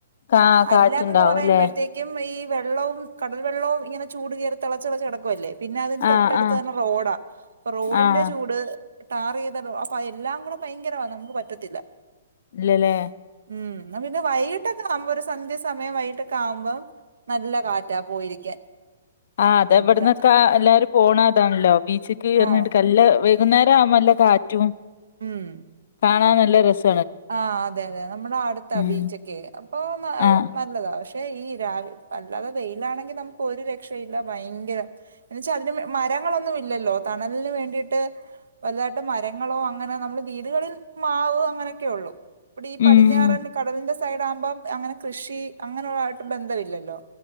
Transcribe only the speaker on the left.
കാ
കാറ്റുണ്ടാവുംല്ലേ
ആഹ്
ആഹ്
ആഹ്
അേ
ആ അതെ
എവിടന്നൊക്കെ എല്ലാരും പോണ അൺലോക്ക് ബീച്ചക്ക് കയഞ്ഞിട്ട്
കല്ല വൈകുന്നേരം ആവ്പല്ലേ കാറ്റു
കാണാൻ നല്ല രസം
ഉം
ആഹ്
ഉം